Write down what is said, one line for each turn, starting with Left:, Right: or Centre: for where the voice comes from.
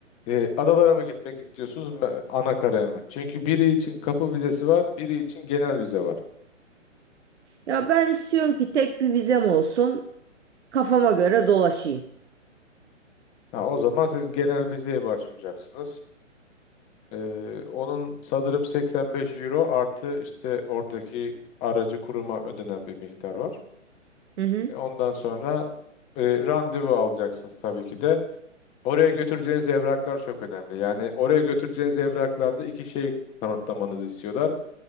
Left: E, adalara mı gitmek istiyorsunuz me- ana karaya mı? Çünkü biri için kapı vizesi var, biri için genel vize var.
Right: Ya ben istiyorum ki tek bir vizem olsun. Kafama göre dolaşayım.
Left: Ha, o zaman siz genel vizeye başvuracaksınız. E, onun sanırım 85 euro artı işte oradaki aracı kuruma ödenen bir miktar var.
Right: Hı hı.
Left: E, Ondan sonra e, randevu alacaksınız tabii ki de. Oraya götüreceğiniz evraklar çok önemli. Yani oraya götüreceğiniz evraklarda iki şey kanıtlamanızı istiyorlar.